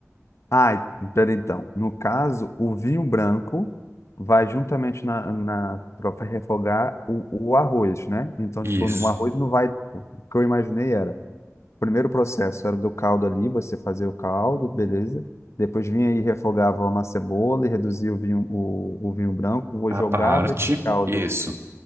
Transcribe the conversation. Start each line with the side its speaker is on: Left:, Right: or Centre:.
Left: Ah, pera então. No caso, o vinho branco vai juntamente na, na para refogar o, o arroz, né? Então, tipo,
Right: Isso.
Left: o arroz não vai. O que eu imaginei era, o primeiro processo era do caldo ali, você fazia o caldo, beleza? Depois vinha e refogava uma cebola e reduzia o vinho, o, o vinho branco, vou
Right: A
Left: jogava
Right: parte.
Left: esse caldo
Right: Isso.